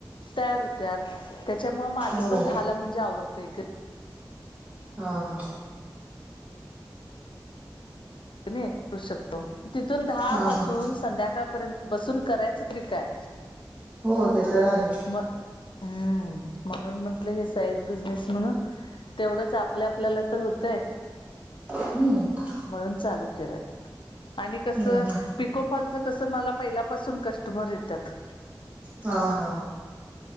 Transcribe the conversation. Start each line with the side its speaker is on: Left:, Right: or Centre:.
Left: तयार होत त्यामुळे माझं
Right: हो
Left: पण दहा ला म्हणजे आवरतय
Right: हा हा
Left: करु शकतो तिथून दहा
Right: हा
Left: पासून
Right: हा
Left: संध्याकाळपर्यंत बसून करायचं तरी काय
Right: हो ते तर आहे
Left: हम् म्हणून म्हंटलं हे साईड बिझनेस म्हणून तेवढंच आपल्या आपल्याला तर होतंय
Right: हम्म <unintelligible>
Left: म्हणून चालतय आणि
Right: हम्म
Left: कस
Right: हम्म
Left: पिकोफॉलचं कसं मला पहिल्यापासून कस्टमर येतात
Right: हा हा